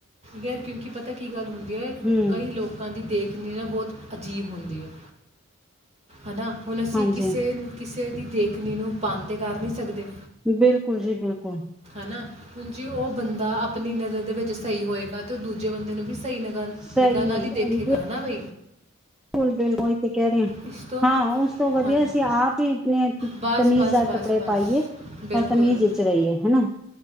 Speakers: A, on the right; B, in the centre.
A: ਯੈਰ ਕਿਉਂਕਿ ਪਤਾ ਕੀ ਗੱਲ ਹੁੰਦੀ ਹੈ
B: ਹਮ
A: ਕਈ ਲੋਕਾਂ ਦੀ ਦੇਖ ਜਿੰਨੀ ਨਾ ਬਹੁਤ ਅਜੀਬ ਹੁੰਦੀ ਹੈ ਹਣਾ ਹੁਣ ਅਸੀਂ
B: ਹਾਂਜੀ
A: ਕਿਸੇ ਕਿਸੇ ਕਿਸ ਦੀ ਦੇਖਣੀ ਨੂੰ ਪਨ 'ਤੇ ਕਰ ਨਹੀਂ ਸਕਦੇ
B: ਬਿਲਕੁਲ ਜੀ ਬਿਲਕੁਲ
A: ਹਨਾ ਹੁਣ ਜੀ ਉਹ ਬੰਦਾ ਆਪਣੀ ਨਜ਼ਰ ਦੇ ਵਿੱਚ ਸਹੀ ਹੋਏਗਾ ਤੇ ਉਹ ਦੂਜੇ ਬੰਦੇ ਨੂੰ ਵੀ ਸਹੀ ਨਿਗਾ ਨਿਗਾਹਨ
B: ਸਹੀ ਲੱਗਿਆ
A: ਨਾਲ ਹੀ ਦੇਖੇਗਾ
B: ਬਿਲਕੁਲ
A: ਨਾ ਬ
B: ਬਿਲਕੁਲ ਬਿਲ ਉਹੀ ਤੇ ਕਹਿ ਰਹੀ
A: ਇਸ ਤੋਂ
B: ਹਾਂ, ਉਸ ਤੋਂ ਵਧੀਆ
A: ਹਾਂਜੀ
B: ਅਸੀਂ ਆਪ ਹੀ ਆਪਣੇ
A: ਬਸ
B: ਤਮੀਜ਼ਦਾਰ
A: ਬਸ ਬਸ
B: ਕੱਪੜੇ
A: ਬਸ
B: ਪਾਈਏ
A: ਬਿਲਕੁਲ
B: ਔਰ ਤਮੀਜ਼ ਵਿਚ ਰਹੀਏ ਹਨਾ।